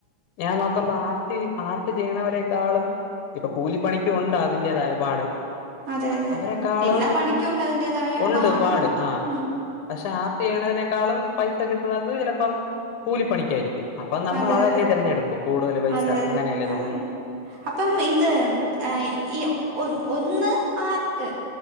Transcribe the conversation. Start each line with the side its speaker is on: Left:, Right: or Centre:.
Left: ഞാൻ നോക്കുമ്പ ആർ ട്ട് ആർട്ട് ചെയ്യണവരെക്കാളും ഇപ്പ കൂലിപ്പണിക്കു ഒണ്ട് അതിന്റെതായ പാട്
Right: അതെ അതെ
Left: അവരെക്കാളും
Right: എല്ലാ പണിക്കും ഉണ്ട് അതിന്റേതായ
Left: ഒണ്ട്
Right: പാടും
Left: പാട് ആഹ്
Right: ഉം
Left: പക്ഷേ ആർട്ട് ചെയ്യണത്നേക്കാളും പൈസ കിട്ട്ണത് ചെലപ്പം കൂലിപ്പണിക്കാരിക്കും അപ്പ നമ്മളതല്ലേ
Right: അതെ അതെ
Left: തെരഞ്ഞെട്ക്കൂ കൂട്തല് പൈസ
Right: അതെ അതെ
Left: അങ്ങനല്ലേ
Right: അതെ
Left: നോക്കു
Right: അപ്പം ഇത് അ ഈ ഒ ഒന്ന് ആർട്ട്